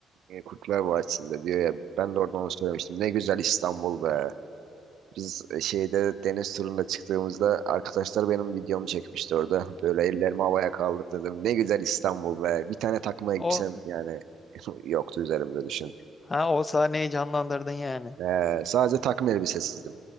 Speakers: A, on the right; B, on the left.
A: e, Kurtlar Vadisi'nde diyor ya ben de oradan onu söylemiştim. Ne güzel İstanbul be. Biz e, şeyde deniz turuna çıktığımızda arkadaşlar benim videomu çekmişti orada. Böyle ellerimi havaya kaldırdım. Ne güzel İstanbul be. Bir tane takma elbisem
B: o
A: yani <laughs> yoktu üzerimde düşün.
B: ha, o sahneyi canlandırdın yani
A: Ee, sadece takım elbisesizdim.